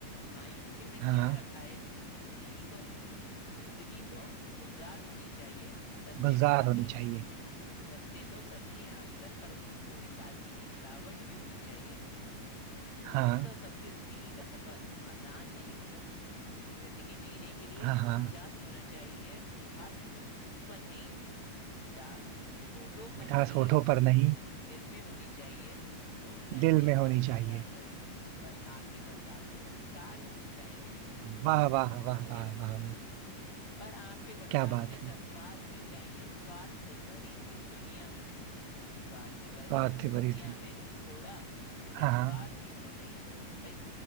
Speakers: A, on the left (about 60°); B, on the right (about 80°).
A: मायूसी में
B: हाँ
A: क्या रखा है जिंदगी को जिंदगी तो गुलजार होनी चाहिए सस्ते
B: गुलजार
A: तो सभी
B: होनी चाहिए
A: सस्ते तो सभी हैं आजकल पर उसमें थोड़ी सादगी की मिलावट भी होनी चाहिए यूं
B: हाँ
A: तो सबकी जिंदगी का सफर आसान नहीं होता जिंदगी जीने के लिए
B: हाँ
A: खुशमिजाज
B: हाँ
A: होना चाहिए मिठास होठों पर नहीं मिठास होठों पर
B: मिठास
A: नहीं
B: होठों पर नहीं
A: दिल में होनी चाहिए लोग चाहे
B: दिल
A: जैसे
B: में होनी
A: भी
B: चाहिए
A: बर्ताव करें पर आपके बर्ताव में संस्कार होने चाहिए
B: वाह वाह वाह
A: ठीक
B: वाह
A: है
B: वाह वाह
A: पर आपके बर्ताव
B: क्या बात
A: में संस्कार
B: है
A: होने चाहिए स्वार्थ से भरी इस दुनिया में स्वार्थ से भरी
B: स्वाद
A: इस
B: से
A: दुनिया
B: भरी तुम्हें
A: में थोड़ा निस्वार्थ
B: हाँ हाँ।
A: भी होना चाहिए भाई